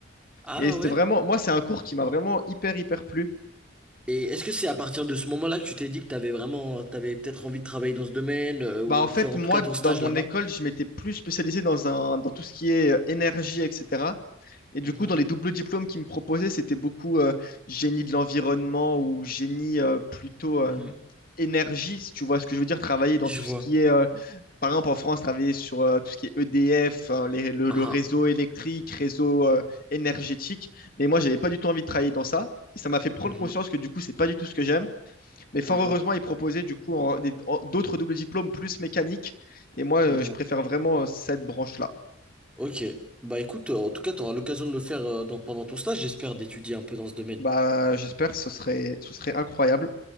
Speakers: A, in the centre; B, on the left.
A: Ah
B: Et c'était
A: ouais?
B: vraiment, moi, c'est un cours qui m'a vraiment hyper, hyper plu.
A: Et est-ce que c'est à partir de ce moment-là que tu t'es dit que t'avais vraiment, t'avais peut-être envie de travailler dans ce domaine, euh, ou
B: Bah, en fait,
A: faire en
B: moi,
A: tout cas ton
B: dans
A: stage
B: mon
A: là-bas?
B: école, je m'étais plus spécialisé dans un, dans tout ce qui est euh, énergie, etc. Et
A: Mhm,
B: du coup, dans les doubles diplômes qu'ils me proposaient, c'était beaucoup euh, génie de l'environnement ou génie euh, plutôt euh,
A: mhm.
B: énergie, si tu vois ce que je veux dire, travailler dans
A: Je
B: tout
A: vois.
B: ce qui est euh, par exemple, en France, travailler sur euh, tout ce qui est EDF, hein, les- le,
A: Ah,
B: le réseau électrique, réseau euh, énergétique. Mais moi, j'avais pas du tout envie de travailler dans ça. Et ça m'a fait prendre
A: ah. Mhm,
B: conscience que du coup, c'est pas du tout ce que j'aime. Mais fort
A: mhm,
B: heureusement, ils proposaient du coup en- des- en- d'autres doubles diplômes plus mécaniques. Et moi, euh,
A: mhm.
B: je préfère vraiment euh, cette branche-là.
A: Ok. Bah écoute, euh, en tout cas, tu auras l'occasion de le faire euh, dans- pendant ton stage, j'espère, d'étudier un peu dans ce domaine.
B: Bah, j'espère, ce serait, ce serait incroyable.